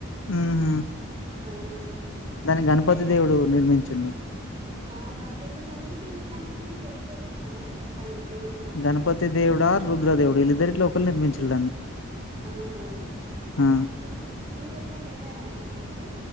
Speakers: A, on the left; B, on the right.
A: మ్ హ
B: అవునండి
A: దాన్ని గణపతి
B: వెళ్ళాలి
A: దేవుడు నిర్మించిండు
B: అవునా తెలిదండి మీకేమనా దాని గురించి చరిత్ర తెలుసా నాకు చెప్పండి తెలీదు నాకు
A: గణపతి దేవుడా రుద్రదేవుడా వీళ్ల ఇద్దరిట్లా <unintelligible> నిర్మించిల్ దాన్ని
B: అవునా
A: ఆ
B: ఇంకా మీరు ఎప్పుడైనా వెళ్ళారా అండి అక్కడికి